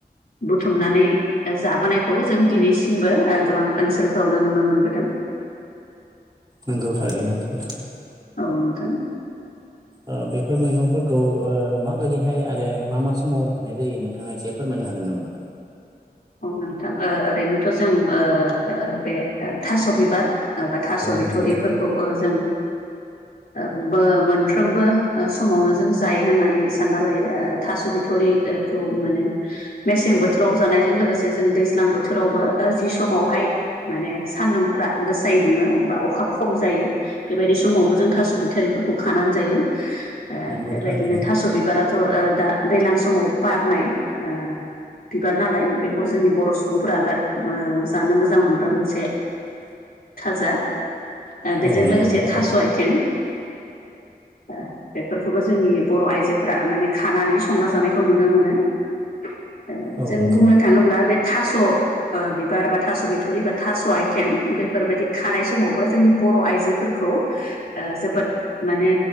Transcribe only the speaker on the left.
बुथुमनानै ओ जाबोनायखौबो जों दिनैसिमबो ओ गोबां ओनसोलफोरावनो नुनो मोनबोदों।
औ नोंथां।
औ नोंथां ओ ओरैनोथ' जों ओ -ओ बे थास' बिबार एबा थास'
बिथ'रिफोरखौ
ओ जों ओ बो मोनफ्रोमबो समावनो जों जायो होननानै सानना लायो ओ थास' बिथ'रिखौ माने मेसें बोथोराव जानायजों लोगो से जों दैज्लां बोथोरावबो जि समावहाय माने सान्दुंफोरा गोसायै दुङो बा अखा खम जायो बेबायदि समावबो जों थास' बिथारिफोरखौ खानानै जायो। ओ
बेबायदिनो
थास' बिबाराथ' दा दैलां समाव बारनाय ओ बिबार नालाय बे जोंनि बर' सुबुंफोरा बिराद ओ जानो मोजां मोनग्रा मोनसे थाजा ओ बेजों
लोगोसे
थास' आइथें ओ बेफोरखौबो जोंनि बर' आइजोफोरा माने खानानै संना जानायखौ नुनो मोनो। ओ
जों
बुंनो थाङोब्ला बे थास' ओ बिबार बा थास' बिथ'रि बा थास' आइथें बेफोरबायदि खाराय समावबो जोंनि बर' आइजो फोरखौ ओ जोबोद माने